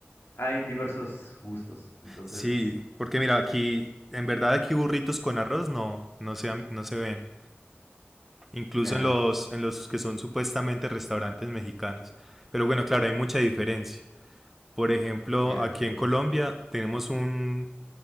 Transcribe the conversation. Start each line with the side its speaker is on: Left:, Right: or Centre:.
Left: Hay diversos gustos. Entonces,
Centre: Sí, porque mira, aquí, en verdad aquí burritos con arroz no, no se, han- no se ven. Incluso
Left: ya,
Centre: en los, en los que son supuestamente restaurantes mexicanos. Pero bueno, claro, hay mucha diferencia. Por ejemplo,
Left: ya,
Centre: aquí
Left: ya,
Centre: en
Left: ya.
Centre: Colombia tenemos un...